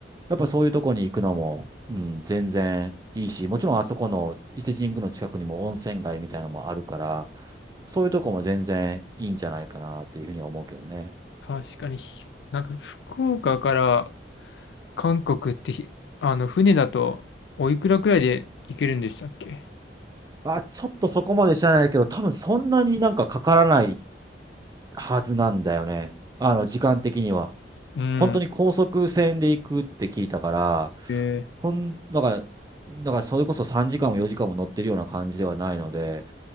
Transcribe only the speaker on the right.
やっぱそういうとこに行くのも、うん、全然いいし、もちろんあそこの伊勢神宮の近くにも温泉街みたいなのもあるから、そういうとこも全然いいんじゃないかなっていうふうには思うけどね。
あ、ちょっとそこまで知らないけど、多分そんなになんかかからないはずなんだよね。あの、時間的には。
本当に高速線で行くって聞いたから、
ほん、だから、だからそれこそ3時間も4時間も乗ってるような感じではないので、